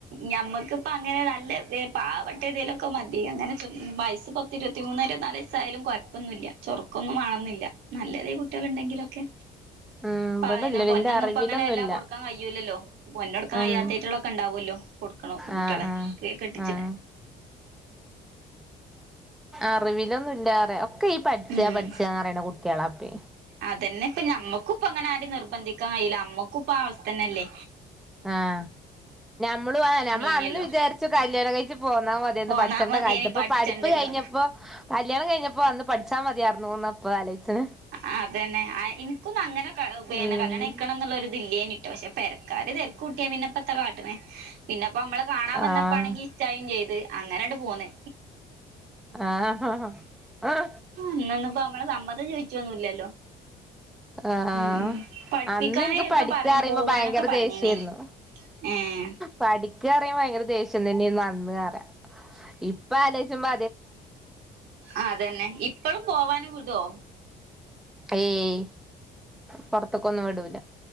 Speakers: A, on the right; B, in the centre.
A: ഞമ്മുക്കിപ്പ അങ്ങനെ നല്ല പാവപ്പെട്ട ഇതിലൊക്കെ മതി അങ്ങനെ വയസ് പത്തി ഇരുപത്തി മൂന്ന് ഇരുപത്തി നാല് സായാലും കുഴപ്പൊന്നുല്ല ചൊറുക്കൊന്നും വേണോന്നില്ല നല്ലതെ കുട്ടികള് ണ്ടെങ്കിലൊക്കെ
B: ഉം ഇവിടില്ലടി
A: പെ പൊന്നൊന്നും
B: ഇന്റെ അറിവിലൊന്നുല്ല
A: ഇപ്പ അങ്ങനെ വല്ലാം കൊടുക്കാൻ കഴിയൂല്ലല്ലോ പൊന്നെടുൻ കഴിയാത്തയ്റ്റളൊക്കെ
B: ഉം
A: ണ്ടാവോല്ലോ കൊട്ക്കണം കുട്ട്യളെ
B: ആഹ് ആഹ്
A: ക്കെ കെട്ടിച്ച്ണ്
B: ആഹ് അറിവിലൊന്നുല്ലാറ ഒക്കെ ഈ പഠിച്ചാ
A: ഉം
B: പഠിച്ചന്ന്റിയണ കുട്ടേളാ പ്പെ
A: തന്നെ പ്പം ഞമ്മക്കും ഇപ്പം ആരിം നിർബന്ധിക്കാൻ കയീല്ല ഞമ്മക്കും ഇപ്പാ അവസ്ഥ തന്നല്ലേ
B: ആഹ ഞമ്മളും ആഹ അയെന്നെ ആഹ് നമ്മള്
A: ഇനല്ലോ
B: അന്ന് വിചാരിച്ച് കല്യാണം കയ്ച്ച് പോന്നാ മതേന്നു
A: പോന്നാ
B: പഠിച്ചണ്ട
A: മതിയേനി
B: കാലത്ത് ഇപ്പം
A: പഠിച്ചണ്ടല്ലോ
B: പഠിപ്പ് കയ്ഞ്ഞപ്പം കല്യാണം കയ്ഞ്ഞപ്പം അന്ന് പഠിച്ചാ മതിയായിരുന്നൂന്ന് ഇപ്പം ആലോയ്ച്ച്ണ
A: ആഹ് അതന്നെ ആഹ് ഇൻക്കൊന്നും അങ്ങനെ ക പിന്നെ
B: ഉം
A: കല്യാണം കയ്ക്കണം ന്ന്ള്ളൊര് ഇതില്ലേനി പക്ഷെ പെരക്കാര് തെരക്ക് കൂട്ടിയാ പിന്നെപ്പത്ത കാട്ട്ണെ പിന്നെപ്പമ്മളെ കാണാൻ വന്നപ്പാണെങ്കി
B: ആഹ്
A: ഇഷ്ടായിം ചെയ്ത് അങ്ങനാണ്ട് പോന്ന്
B: ആഹ് അഹ്
A: അന്നൊന്നിപ്പോ നമ്മളെ സമ്മതം ചോദിച്ചൊന്നുല്ലല്ലോ
B: ആഹ്
A: ഉം പഠിപ്പിക്കാന്
B: അന്ന് ഇൻക്ക്
A: ഒക്കെ
B: പഠിക്കാറിമ്പം
A: പറഞ്ഞ് പോവാനൊക്കെ
B: ഭയങ്കര
A: പറഞ്ഞീനി
B: ദേഷ്യര്ന്നു
A: ഏഹ്
B: പഠിക്കാറിമ്പം ഭയങ്കര ദേഷ്യം തന്നെയ്ന്നു അന്ന് റ്യ ഇപ്പാലോയ്ച്ചുമ്പ
A: ആഹ് അതന്നെ ഇപ്പളും പോവാനും വിടോ
B: ഏയ് പൊറത്ക്കൊന്നും വിടൂല